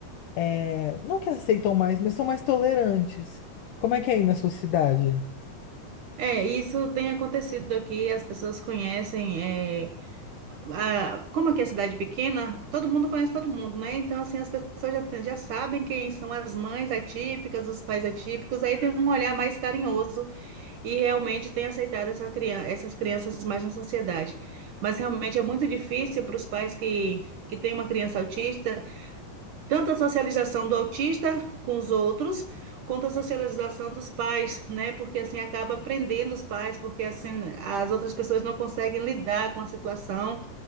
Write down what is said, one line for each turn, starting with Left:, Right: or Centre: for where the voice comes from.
Left: é, não que aceitam mais, mas são mais tolerantes. Como é que é aí na sua cidade?
Right: É, isso tem acontecido aqui, as pessoas conhecem, é, a- como aqui é cidade pequena, todo mundo conhece todo mundo, né? Então, assim, as pessoas já, tem- já sabem quem são as mães atípicas, os pais atípicos, aí tem um olhar mais carinhoso e realmente tem aceitado essa criança, essas crianças mais na sociedade. Mas realmente é muito difícil para os pais que, que têm uma criança autista, tanto a socialização do autista com os outros, quanto a socialização dos pais, né? Porque assim acaba prendendo os pais, porque assim as outras pessoas não conseguem lidar com a situação